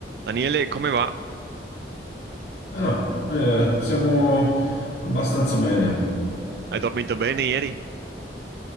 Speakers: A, on the right; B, on the left.
A: Daniele, come va?
B: Ah, eh, siamo abbastanza bene.
A: Hai dormito bene ieri?